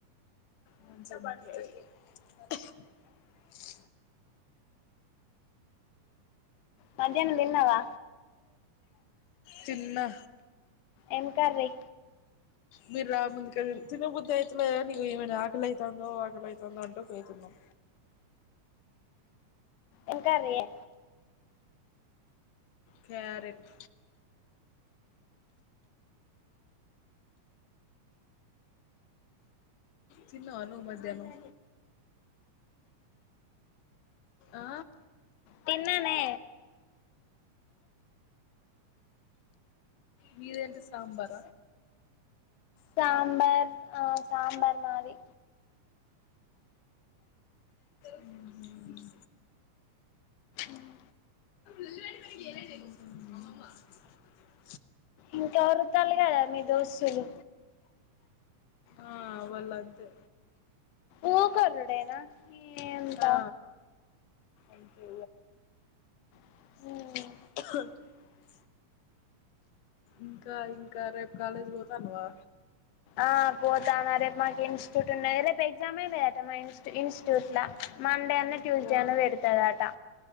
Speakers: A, on the left; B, on the left.
A: కుంసేపు రహి <unintelligible>
B: మధ్యాన్నం తిన్నావా
A: తిన్నా
B: ఏమ్ కర్రీ
A: మీర్ రాముందుకే తిన్ తినబుద్ధి అయితలే గాని ఇగో ఇవానే ఆకాలైతందో ఆకాలైతందో అంటూ పోయి తిన్నాం
B: ఎం కర్రి యే
A: క్యారెట్ తిన్నావ నువ్ మధ్యానం ఆ
B: తిన్ననే
A: మీదేంటి సాంబార
B: సాంబార్ ఆ సంబర్ మాది
A: ఉమ్మ్
B: ఉమ్
A: ఎమ్ తింటాన్ దే <unintelligible>
B: ఇంకా ఓర్లు తల్ గదా మీ దోస్తులు
A: ఆ వాళ్ అంతే
B: ఓకే వరుడైన ఇ ఎంత
A: ఆ అంతే
B: హు
A: హ ఇంకా ఇంకా రేపు కాలేజీ పోతానవా
B: ఆ పోతానా రేపు మాకు ఇనిస్ట్యూట్ ఉన్నాది రేపు ఎగ్జామ్ లేదట మా ఇన్ ఇనిస్ట్యూట్ లా మా మండే అన్న ట్యూస్
A: పో
B: డే అన్న పెడతారట